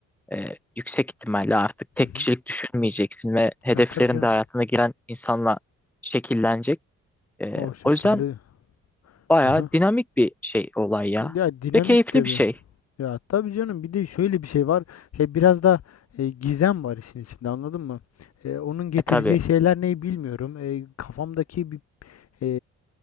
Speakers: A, in the centre; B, on the left.
A: e, yüksek ihtimalle artık tek
B: Hı hı.
A: kişilik düşünmeyeceksin ve hedeflerin
B: E, tabii canım.
A: de hayatına giren insanla şekillenecek. Ee,
B: O şekilde.
A: o yüzden bayağı
B: Hı hı.
A: dinamik bir şey olay ya.
B: Ya dinamik
A: Ve keyifli
B: tabii.
A: bir şey.
B: Ya tabii canım bir de şöyle bir şey var. He, biraz da e, gizem var işin içinde anladın mı? E, onun getireceği
A: E tabii.
B: şeyler ne bilmiyorum. E, kafamdaki bir e,